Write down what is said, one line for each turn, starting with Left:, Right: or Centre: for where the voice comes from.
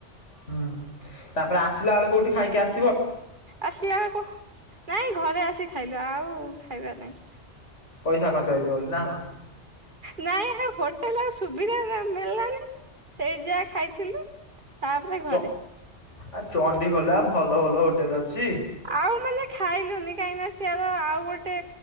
Left: ହୁଁ ତାପରେ ଆସିଲା ବେଳକୁ କୋଉଠି ଖାଇକି --
Right: ଆସିଲା ବେଳକୁ ନାଇଁ ଘରେ ଆସି ଖାଇଲୁ ଆଉ ଖାଇବାର ନାଇଁ।
Left: ପଇସା ଖର୍ଚ୍ଚ ହେଇଜିବ ବୋଲି ନା କଣ?
Right: ନାଇଁ ଆ ହୋଟେଲ ଆଉ ସୁବିଧା ମିଳିଲଣିି ସେଇଠି ଯାହା ଖାଇଥିଲୁ। ତାପରେ ଘରେ।
Left: ଚ ଆ ଚଣ୍ଡିଖଲରେ ଭଲ ଭଲ ହୋଟେଲ ଅଛି।
Right: ଆଉ ମାନେ ଖାଇଲୁନି କାହିଁକି ନା ସଆାର ଆଉ ଗୋଟେ